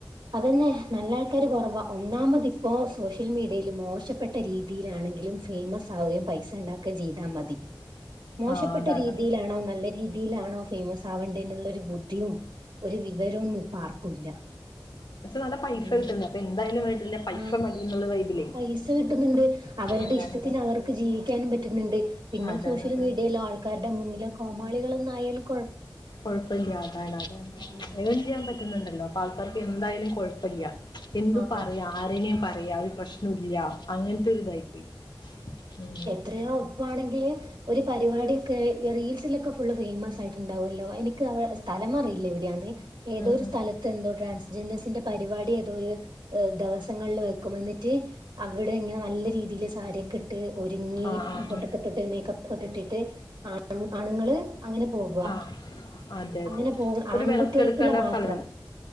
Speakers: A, on the right; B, on the left.
A: അതന്നെ നല്ല ആൾക്കാര് കുറവാ ഒന്നാമതി ഇപ്പോൾ സോഷ്യൽ മീഡിയയിൽ മോശപ്പെട്ട രീതിയിലാണെങ്കിലും ഫേമസ് ആവുകയും പൈസ ഉണ്ടാ ക്കെ ചെയ്താൽ മതി
B: <unintelligible>
A: മോശപ്പെട്ട
B: അതാണത്
A: രീതിയിലാണോ നല്ല രീതിയിലാണോ ഫേമസ് ആവേണ്ടേ എന്നുള്ള ഒരു ബുദ്ധിയും ഒരു വിവരവും ഒന്നും ആർക്കുല്ല
B: നാ പൈസ
A: ഉം
B: കിട്ടുന്നത് അപ്പൊ എന്തായാലും വേണ്ടില്ല പൈസ
A: ആഹ്
B: മതിള്ള വൈബിലേ
A: പൈസ കിട്ടുന്നുണ്ട് അവരുടെ
B: അതാണത്
A: ഇഷ്ടത്തിന് അവർക്ക് ജീവിക്കാനും പറ്റുന്നുണ്ട് പിന്നെ
B: അതാണ്
A: സോഷ്യൽ
B: അതാണ്
A: മീഡിയൽ ആൾക്ക ആൾക്കാരുടെ മുന്നിലെ കോമാളികളൊന്നായാൽ-
B: കൊഴപ്പല്ല അതാണ് അതാണ്
A: ഉം
B: അഹ് ചെയൻ പറ്റണ്ടല്ലോ അപ്പൊ ആൾക്കാർക്ക് എന്തായാലും കുഴപ്പല്ല എന്തും
A: ആ
B: പറയാ ആരെയും പറയാ ഒരു പ്രശ്നൊല്ലാ അങ്ങനത്തെ ഒരു ഇതായി പോയി ഉം
A: ത്രീയോപ്പ് അപ്പോ ആണെങ്കിൽ ഒരു പരിപാടിയൊക്കെ റീൽസിലൊക്കെ ഫുള്ള് ഫേയിമസ് ആയിട്ട്ണ്ടാവുമല്ലോ എനിക്ക് സ്ഥലം അറിയില്ല എവിടെയാണ് ഏതൊരു
B: ഉം, ഉം.
A: സ്ഥലത്ത് എന്തോ ട്രാൻസ്ജെൻഡേഴ്സിന്റെ പരിപാടി ഏതോരു ദിവസങ്ങളിൽ വെക്കും എന്നിട്ട് അവിടെ ഇങ്ങനെ നല്ല രീതിൽ സാരിയൊക്കെ ഇട്ട് ഒരുങ്ങി
B: ആ ആ
A: പൊട്ട
B: ആ
A: ട്ട് മേക്കപ്പക്കെ കെട്ടിട്ട് ആണുങ്ങൾ അങ്ങനെ പോവുക
B: ആഹ് അതെ അതെ
A: അങ്ങനെ പോ
B: ഒരു
A: ആൺകുട്ടികൾക്കുള്ള
B: വിളക്കെ ടുക്കണ്ട
A: മാത്രം
B: സ്ഥലാണ്